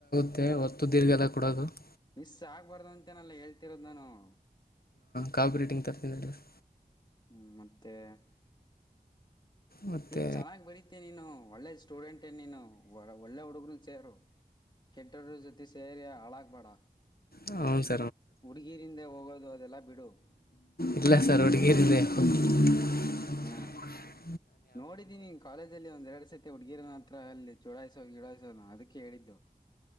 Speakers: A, on the left (about 80°); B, on the left (about 30°).
A: ಮತ್ತೇ, ಹೊತ್ತು ದೀರ್ಘದ, ಕೊಡೋದು? <inaudible>
B: ಮಿಸ್, ಆಗ್ಬಾರ್ದು ಅಂತೇನೆಲ್ಲ! ಹೇಳ್ತಿರೋದ್ ನಾನು? <inaudible>
A: ಕಾಪ್, ರೈಟಿಂಗ್, ತರತೀ, ಸರ್. <inaudible>
B: ಹ್ಮ್, ಮತ್ತೆ. <inaudible>
A: ಮತ್ತು
B: ನೀನು, ಚೆನ್ನಾಗಿ, ಬರೀತೀ, ನೀನು, ಒಳ್ಳೆ ಸ್ಟೂಡೆಂಟೇ! ನೀನು, ಒ, ಒಳ್ಳೆ, ಹುಡುಗ್ರು ಸೇರು? <inaudible> ಕೆಟ್ಟವರು, ಜೊತೆ, ಸೇರಿ, ಅಳಾಗ್ಪಡಾ? <inaudible>
A: ಹ್ಮ್ಮ್. <inaudible>
B: ಹುಡುಗೀರಿಂದೆ, ಹೋಗೋದು, ಅದೆಲ್ಲ ಬಿಡು. <inaudible>
A: ಇಲ್ಲಾ, ಸರ್, ಹುಡುಗಿಯರು, ಹಿಂದೆ? <unintelligible>
B: ಹಾ ನೋಡಿದ್ದೀನಿ ಕಾಲೇಜಲ್ಲಿ ಒಂದೆ ಎರಡು ಸತಿ ಹುಡುಗಿರನ ಹತ್ರ ಅಲ್ಲಿ ಚೋಡಾಯಸೋ ಗೀಡಾಯಿಸೋ ಅದಕ್ಕೆ ಹೇಳಿದ್ದು